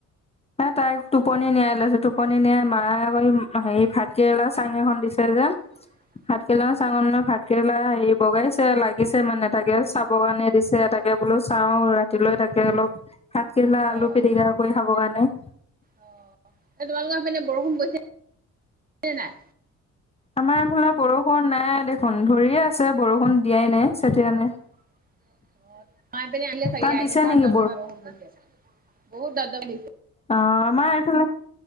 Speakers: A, on the left; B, on the right.
A: এ তাই টোপনি নিয়াই লৈছো। টোপনি নিয়াই মায়ে আকৌ হেৰি ভাত কেৰেলা চাং এখন দিছে যে
B: <unintelligible>
A: ভাতকেৰেলা চাঙক মানে ভাতকেৰেলা বগাইছে লাগিছে মানে তাকে চাব কাৰণে দিছে, তাকে বোলো চাওঁ ৰাতিলৈ তাকে অলপ ভাত কেৰেলা
B: অ'
A: আলু পিটিকা
B: অ'
A: কৰি খাবৰ কাৰণে।
B: অ', এ তোমালোকৰ পিনে বৰষুণ পৰিছে নাই?
A: আমাৰ এইফালে বৰষুণ নাই দেখোন, ধৰিয়ে আছে বৰষুণ দিয়াই নাই চতিয়া নাই।
B: <inaudible> আমাৰ ই পিনে আনিলে চাগে
A: তাত
B: আহ
A: দিছে
B: পুৰা
A: নেকি
B: দপদমাই বৰষুণ পৰিছে বহুত দপদপ দিছে।
A: অ' আমাৰ এইফালে